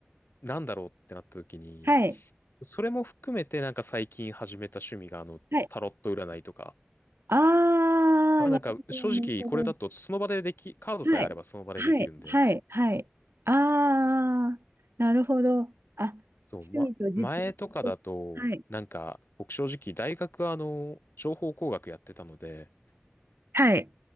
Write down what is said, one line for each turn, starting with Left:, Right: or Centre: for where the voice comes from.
Left: なんだろうってなった時に、
Right: はい
Left: それも含めてなんか最近始めた趣味が、あの、
Right: はい
Left: タロット占いとか、
Right: ああーなるほどなるほど
Left: まあなんか、正直これだと、その場ででき、カードさえあればその場でできるんで、
Right: はいはいはいはいああーなるほどあ
Left: そう、ま、
Right: 趣味と実用とはい
Left: 前とかだと、なんか、僕正直大学はあの、情報工学やってたので、
Right: はい